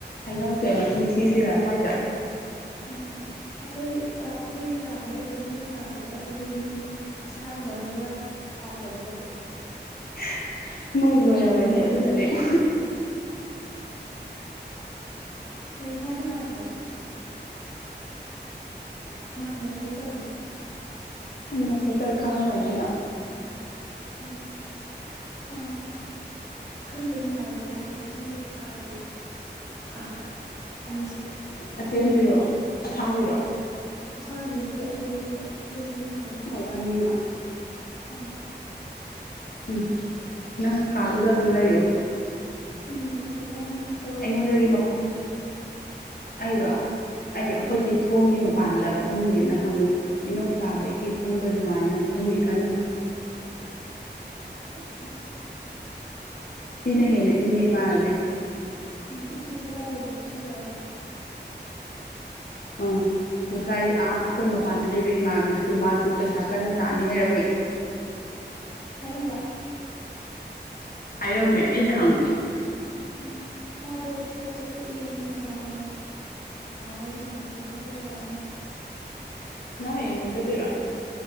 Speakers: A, on the left; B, on the left.
A: ꯍꯩꯅꯧꯁꯦ ꯑꯃ ꯊꯤꯁꯤꯔ ꯁ꯭ꯋꯥꯏꯗ
B: ꯎꯝ ꯑꯩꯈꯣꯏ ꯑꯩꯈꯣꯏꯒꯤ ꯀꯥ ꯍꯥꯏꯒꯗ꯭ꯔꯥ ꯅꯣꯏꯒꯤ ꯀꯥ ꯍꯥꯏꯒꯗ꯭ꯔꯥ ꯑꯗꯨꯒꯤ ꯃꯤ ꯑꯁꯥꯡꯕ ꯑꯃꯒ ꯊꯥꯡꯗꯕꯒꯗꯤ ꯂꯥꯛꯑꯦ
A: <unintelligible> ꯃꯣꯏ ꯂꯣꯏꯔꯝꯃꯅꯤ ꯑꯗꯨꯅꯅꯦ ꯎ
B: ꯄꯔꯤꯈ꯭ꯌꯥ ꯅꯨꯡꯉꯥꯏꯔꯝꯕ ꯃꯥ ꯅꯈꯦ ꯇꯧꯋꯦ
A: ꯅꯣꯛ ꯐꯦꯇꯔ ꯈꯪꯉꯝꯃꯅꯤꯅ
B: ꯎꯝ ꯑ ꯈꯪꯗꯦ ꯅꯨꯡꯉꯥꯏꯗꯤ ꯍꯥꯏꯌꯦ ꯅꯪꯒꯤ ꯀꯥꯒꯤ ꯑ ꯑꯅꯤꯁꯦ
A: ꯑꯇꯦꯟꯕꯤꯔꯛꯑꯣ ꯑꯊꯥꯡꯕꯤꯔꯑꯣ
B: ꯑꯁꯥꯡꯕꯤꯒꯤ ꯑꯇꯦꯟꯕꯤ ꯑꯇꯦꯟꯕꯤꯗꯤ ꯅꯨꯡꯉꯥꯏꯇꯦ
A: ꯑꯣ
B: ꯍꯥꯏ
A: ꯑꯅꯤꯃꯛ
B: ꯑꯥ
A: ꯎꯝ ꯅꯪ ꯀꯗꯗ ꯑꯗꯨ ꯑꯗꯨꯝꯂꯣ
B: ꯎꯝꯦ ꯅꯪ ꯀꯋꯥꯏꯗ
A: ꯑꯩꯉꯣꯟꯗꯒꯤ
B: ꯂꯩꯒꯦ
A: ꯃꯈꯨꯜ ꯑꯩꯗꯣ ꯑꯩ ꯑꯩꯈꯣꯏꯒꯤ
B: ꯑꯥ
A: ꯊꯣꯡꯒꯤ ꯃꯄꯥꯟꯗ ꯐꯝꯃꯤꯅ ꯑꯃꯨꯛ ꯍꯩꯅꯧ ꯆꯥꯕꯒꯤ ꯐꯝꯕ ꯑꯗꯨꯃꯥꯏꯅ ꯐꯝꯃꯤ ꯀꯟꯅ
B: ꯑꯁ
A: ꯁꯤꯅ ꯍꯦꯟꯅ ꯏꯪꯉꯦ ꯏꯃꯥꯟꯅꯕꯤ
B: ꯎꯝ ꯑꯩꯁꯨ ꯊꯣꯂꯛꯑꯗꯅꯤꯅ ꯁꯤ ꯂꯣꯏꯔꯒ
A: ꯑꯥ ꯉꯁꯥꯏ ꯑꯥ ꯑꯩꯈꯣꯏ ꯃꯄꯥꯟꯗ ꯂꯩꯕ ꯏꯃꯥꯕꯤꯗꯨꯁꯨ ꯃꯥ ꯑꯗꯨ ꯄꯩꯁꯥ ꯀꯟꯅ ꯇꯥꯅꯤ ꯍꯥꯏꯔꯝꯃꯦ
B: ꯍꯥꯏꯔꯝꯕ꯭ꯔꯥ
A: ꯍꯥꯏꯔꯝꯃꯦ ꯑꯩꯅ ꯍꯪꯕ
B: ꯎꯝ ꯃꯥꯗꯣ ꯊꯕꯛ ꯆꯠꯊꯣꯛꯏꯌꯦ ꯅꯨꯃꯤꯗꯥꯡ ꯑꯣꯏꯅ ꯋꯥꯔꯤ ꯁꯥꯟꯅꯁꯦ ꯄꯣꯠꯁꯦ ꯇꯧꯔꯛꯑꯝꯕꯅꯤ
A: ꯅꯍ ꯍꯌꯦꯡ ꯌꯨꯝ ꯆꯠꯇꯣꯏꯔꯣ